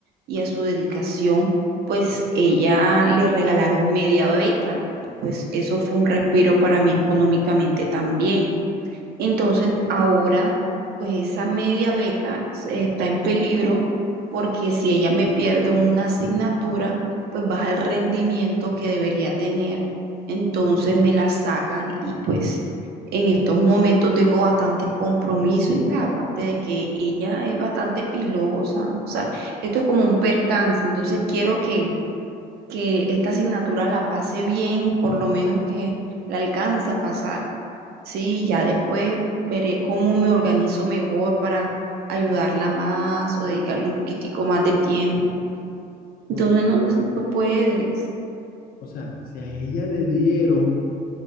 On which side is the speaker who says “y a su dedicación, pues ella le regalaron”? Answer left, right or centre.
Right